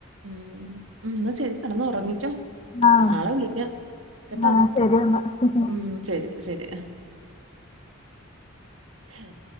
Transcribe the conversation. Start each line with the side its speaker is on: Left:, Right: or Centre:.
Right: ഉം ഉം എന്ന ശെരി കെടന്ന് ഒറങ്ങിക്കോ
Left: ആഹ്
Right: നാളെ വിളിക്കാം കേട്ടോ
Left: ആഹ് ശരിയെന്നാ
Right: ഉം ശരി ശരിയ ആഹ്